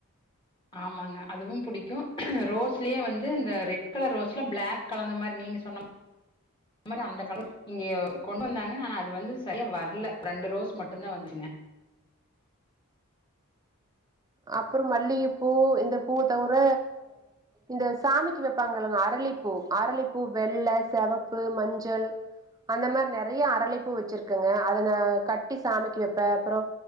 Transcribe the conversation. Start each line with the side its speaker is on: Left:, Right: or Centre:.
Left: ஆமாங்க அதுவு புடிக்கு ரோஸ்லயே வந்து இந்த ரெட் கலர் ரோஸ்ல பிளாக் கலந்த மாரி நீங்க சொன்ன அந்த மாரி அந்த கலர் இங்க கொண்டு வந்தாங்க ஆனா அது வந்து சரியா வரல ரெண்டு ரோஸ் மட்டுந்தா வந்துச்சிங்க
Right: அப்பறோ மல்லிகைப்பூ இந்த பூவ தவிர இந்த சாமிக்கு வைப்பாங்க இல்லங்க அரளிப்பூ அரளிப்பூ வெள்ள, செவப்பு, மஞ்சள் அந்த மாரி நெறைய அரளிப்பூ வச்சிருக்கங்க அத நா கட்டி சாமிக்கு வைப்ப அப்பறோ